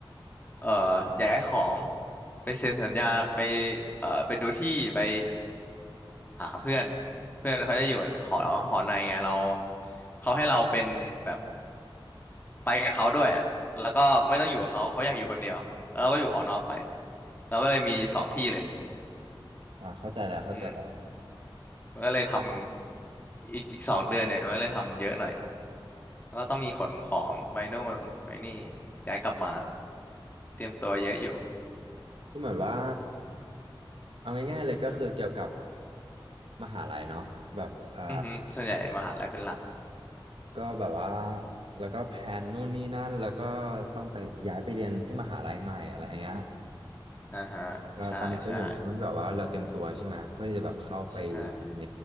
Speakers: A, on the left (about 20°); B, on the right (about 85°).
A: เอ่อย้ายของไปเซ็นสัญญาไปเอ่อไปดูที่ไปหาเพื่อนเพื่อนเขาจะอยู่หอหอในไงเราเขาให้เราเป็นแบบไปกับเขาด้วยอ่ะแล้วก็ไม่ต้องอยู่กับเขาเขาอยากอยู่คนเดียวแล้วเราก็อยู่หอนอกไปเราก็เลยมีสองที่เลย
B: อ่าเข้าใจแล้วเข้าใจแล้ว
A: อืม มันก็เลยทำอีกอีกสองเดือนเนี่ยมันก็เลยทำเยอะหน่อยแล้วก็ต้องมีขนของไปโน่นไปนี่ย้ายกลับมาเตรียมตัวเยอะอยู่
B: ก็เหมือนว่าเอาง่ายๆเลยก็คือเกี่ยวกับมหาลัยเนาะแบบอ่า
A: อือหือส่วนใหญ่มหาลัยเป็นหลัก
B: ก็แบบว่าแล้วก็แพนนู่นนี่นั่นแล้วก็ต้องไปย้ายไปเรียนที่มหาลัยใหม่อะไรอย่างเงี้ย
A: อ่าฮะใช่ใช่
B: ก็ตอนนี้ก็อยู่ในช่วงที่แบบว่าเราเตรียมตัวใช่ไหมเพื่อที่จะแบบเข้าไป
A: ใช่
B: ใน